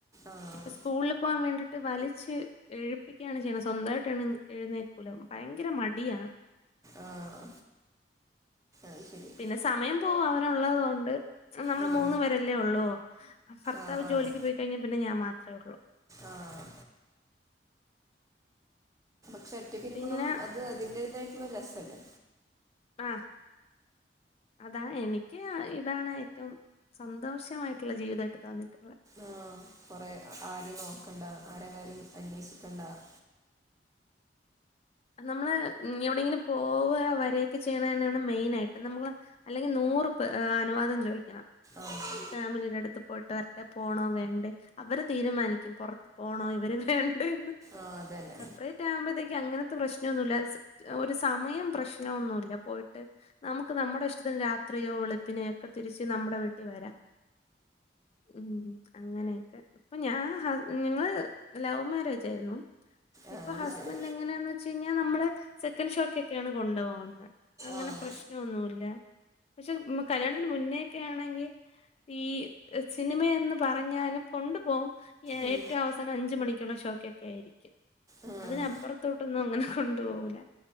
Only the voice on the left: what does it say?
ഇപ്പൊ സ്കൂളില് പോകാൻ വേണ്ടിയിട്ട് വലിച്ച് എഴുപ്പിക്കുകയാണ് ചെയ്യണ സ്വന്തവായിട്ട് എണി എഴുന്നേക്കുല. ഭയങ്കര മടിയാ.
പിന്നെ സമയം പോവും അവനൊള്ളത് കൊണ്ട് നമ്മള്
മൂന്ന് പേരല്ലേ ഒള്ളൂ ഭർത്താവ്
ജോലിക്ക് പോയി കഴിഞ്ഞാ പിന്നെ ഞാൻ മാത്രേ ഒള്ളു.
പിന്നെ
ആ അതാണ്, എനിക്ക് ഇതാണ് ഏറ്റവും സന്തോഷമായിട്ടുള്ള ജീവിതമായിട്ട് തോന്നിട്ടുള്ള
<inaudible> നമ്മള് എവിടെങ്കിലും പോവ്വ വര്യക്കെ ചെയ്യണെനാണ് മെയിനായിട്ട്, നമ്മള് അല്ലെങ്കി നോ നൂറ്പ്പ് അ അനുവാദം ചോദിക്കണം.
ഫാമിലിടെ അടുത്ത് പോയിട്ട് വരട്ടെ പോണോ വേണ്ടേ അവര് തീരുമാനിക്കും പുറത്ത് പോണോ ഇവര്, വേണ്ട ണ്ടെന്നു.
സെപ്പറേറ്റ് ആവുമ്പത്തേ ക്ക് അങ്ങനത്തെ പ്രശ്നമൊന്നില്ല ഒരു സമയം പ്രശ്നമൊന്നുമല്ല പോയിട്ട് നമുക്ക് നമ്മടെ ഇഷ്ടത്തി നു രാത്രിയോ വെളുപ്പിനെയോ ഒക്കെ തിരിച്ച് നമ്മുടെ വീട്ടിൽ വരാം. ഉം അങ്ങനെയൊക്കെ അപ്പൊ ഞാൻ ങ്ങള് ലവ് മാരേജായിരുന്നോ?
ഇപ്പൊ
ഹസ്ബൻറ്
എങ്ങനെയന്ന് വെച്ച കഴിഞ്ഞാൽ നമ്മളെ സെക്കൻ് ഷോക്കക്കെയാണ് കൊണ്ടു പോകുന്നെ അങ്ങനെ
പ്രശ്നമൊന്നുവില്ല പക്ഷെ മ് കല്യാണത്തിന് മുന്നേക്കെ ആണെങ്കിൽ ഈ സിനിമ എന്ന് പറഞ്ഞാലും കൊണ്ടു പോകും
ഏറ്റവും അവസാനം അഞ്ചു മണിക്ക് ക്കുള്ള ഷോക്കൊക്കെ ആയിരിക്കും
അതിനപ്പുറത്തോട്ടൊന്നും അങ്ങനെ കൊണ്ട് ണ്ടുപോവൂല